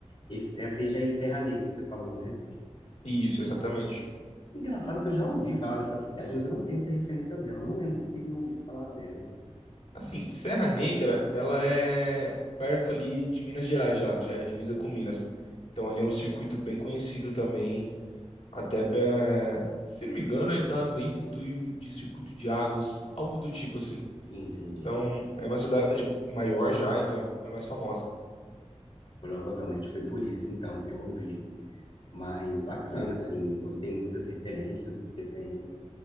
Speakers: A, on the left; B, on the left.
A: Esse- essa aí já é em Serra Negra que você falou, né?
B: Isso, exatamente.
A: Engraçado que eu já ouvi falar dessa cidade, mas eu não tenho muita referência dela. Eu não lembro por que que eu ouvi falar dela.
B: Assim, Serra Negra, ela é perto ali de Minas Gerais já, já é divisa com Minas. Então ali é um circuito bem conhecido também, até pra, se não me engano, ele tá dentro do, de circuito de águas, algo do tipo assim.
A: Entendi,
B: Então,
A: então.
B: é uma cidade maior já, então é mais famosa.
A: Provavelmente foi por isso, então, que eu ouvi. Mas bacana,
B: Sim.
A: assim. Gostei muito das referências, porque tem...